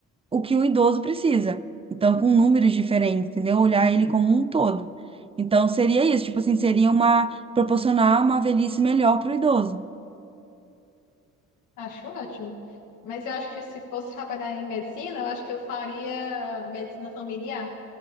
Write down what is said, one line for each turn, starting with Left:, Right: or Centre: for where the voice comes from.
Right: o que o idoso precisa. Então, com números diferentes, entendeu? Olhar ele como um todo. Então, seria isso, tipo assim, seria uma proporcionar uma velhice melhor para o idoso
Left: Acho ótimo. Mas eu acho que se fosse trabalhar em medicina, eu acho que eu faria medicina familiar,